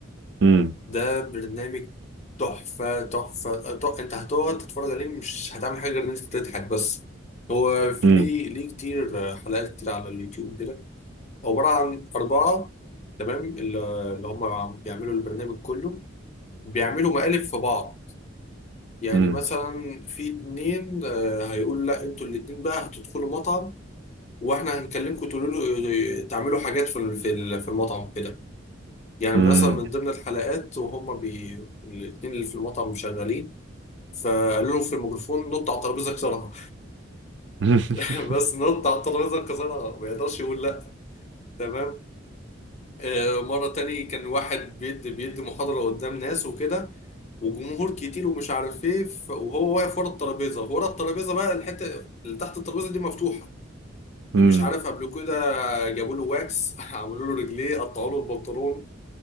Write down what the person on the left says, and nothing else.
ده برنامج تحفة تحفة تح- انت هتقعد تتفرج عليه مش هتعمل حاجة غير ان انت تضحك بس هو في
ليه ليه كتير حلقات كتير على اليوتيوب كده عبارة عن أربعة تمام اللي اللي هم بيعملوا البرنامج كله بيعملوا مقالب في بعض يعني
مثلا في اتنين آه، هيقولوا لا انتوا الاتنين بقى هتدخلوا مطعم واحنا هنكلمكم تقولوا له آه، تعملوا حاجات في ال- في ال- في المطعم كده يعني
من اصلا من ضمن الحلقات وهم بي الاتنين اللي في المطعم شغالين فقالوا له في الميكروفون نط على الترابيزه كسرها
<laughs> بس نط على الترابيزه كسرها ما يقدرش يقول لا تمام آه مره تاني كان واحد بيدي بيدي محاضره قدام ناس وكده وجمهور كتير ومش عارف ايه ف- وهو واقف ورا الترابيزه ورا الترابيزه بقى الحته اللي تحت الترابيزه دي مفتوحه
مش عارف قبل كده جابوا له واكس <laughs> عملوا له رجليه قطعوا له البنطلون